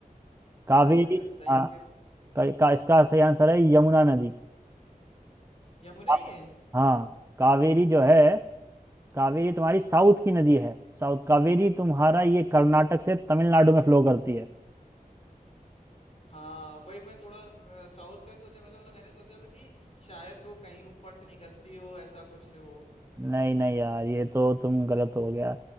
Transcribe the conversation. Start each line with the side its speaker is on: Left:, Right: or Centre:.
Right: कावेरी
Left: गलत है अच्छा तो सही
Right: हाँ
Left: फिर
Right: का, का, इसका सही आंसर है यमुना नदी
Left: यमुना
Right: आप-
Left: ही है
Right: हाँ कावेरी जो है
Left: अच्छ-
Right: कावेरी तुम्हारी साउथ की नदी है साउथ कावेरी तुम्हारा ये कर्नाटक से तमिलनाडु में फ्लो करती है
Left: हाँ वही मैं थोड़ा साउथ का ही सोचा मतलब मतलब मैंने सोचा था कि शायद वो कहीं ऊपर से निकलती हो ऐसा कुछ हो
Right: नहीं नहीं यार ये तो तुम गलत हो गया